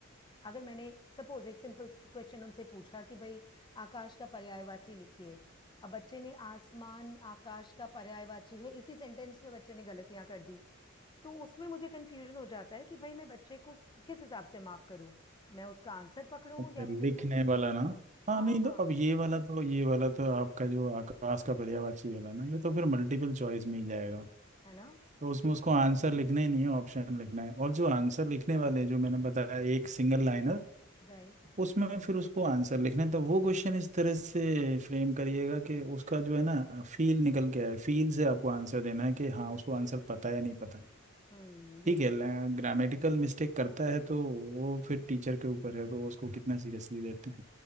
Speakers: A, on the left; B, on the right.
A: अगर मैंने सपोज एक सिंपल क्वेश्चन उनसे पूछा कि भाई आकाश का पर्यायवाची लिखिए अब बच्चे ने आसमान आकाश का पर्यायवाची है इसी सेंटेंस में बच्चे ने गलतियां कर दी तो उसमें मुझे कंफ्यूजन हो जाता है कि भाई मैं बच्चे को किस हिसाब से मार्क करूं मैं उसका आंसर पकड़ूं
B: अच्छा
A: या मैं देखूं
B: लिखने
A: कि
B: वाला ना हाँ
A: हाँ
B: नहीं तो अब ये वाला तो ये वाला तो आपका जो आकाश का पर्यायवाची वाला ना ये तो फिर मल्टीपल चॉइस में ही जाएगा
A: है ना
B: तो उसमें उसको आंसर लिखना ही नहीं है ऑप्शन लिखना है और जो आंसर लिखने वाले हैं, जो मैंने बताया एक सिंगल लाइनर
A: राइट
B: उसमें फिर उसको आंसर लिखने तो वो क्वेश्चन इस तरह से फ्रेम करिएगा कि उसका जो है ना फील निकल के आए फील से आपको आंसर देना है कि हाँ उसको आंसर पता है या नहीं पता
A: हम्म
B: ठीक
A: ये
B: है ग्रामेटिकल मिस्टेक करता है तो वो फिर टीचर के ऊपर है वो उसको कितना सीरियसली लेते हैं